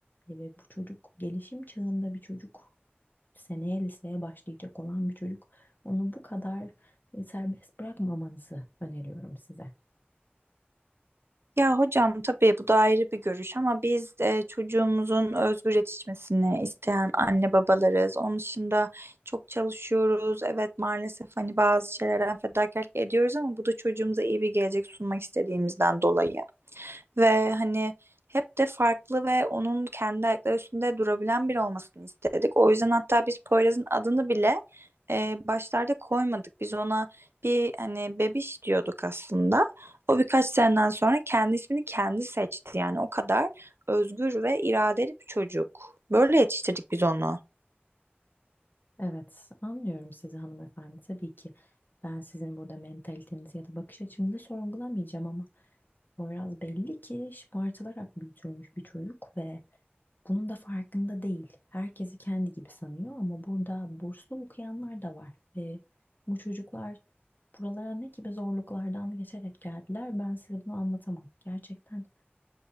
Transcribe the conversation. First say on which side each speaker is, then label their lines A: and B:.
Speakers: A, on the left; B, on the right.
A: Ee, ve bu çocuk gelişim çağında bir çocuk, seneye liseye başlayacak olan bir çocuk, onu bu kadar e, serbest bırakmamanızı öneriyorum size.
B: Ya hocam tabii bu da ayrı bir görüş ama biz e, çocuğumuzun özgür yetişmesini isteyen anne babalarız. Onun dışında çok çalışıyoruz. Evet maalesef hani bazı şeylerden fedakarlık ediyoruz ama bu da çocuğumuza iyi bir gelecek sunmak istediğimizden dolayı. ve hani hep de farklı ve onun kendi ayakları üstünde durabilen biri olmasını istedik. O yüzden hatta biz Poyraz'ın adını bile e, başlarda koymadık. Biz ona bir hani bebiş diyorduk aslında. O birkaç seneden sonra kendi ismini kendi seçti. Yani o kadar özgür ve iradeli bir çocuk. Böyle yetiştirdik biz onu.
A: Evet, anlıyorum sizi hanımefendi. Tabii ki ben sizin burada mentalitenizi ya da bakış açınızı sorgulamayacağım ama Poyraz belli ki şımartılarak büyütülmüş bir çocuk ve bunun da farkında değil. Herkesi kendi gibi sanıyor ama burada burslu okuyanlar da var. Ve bu çocuklar buralara ne gibi zorluklardan geçerek geldiler ben size bunu anlatamam. Gerçekten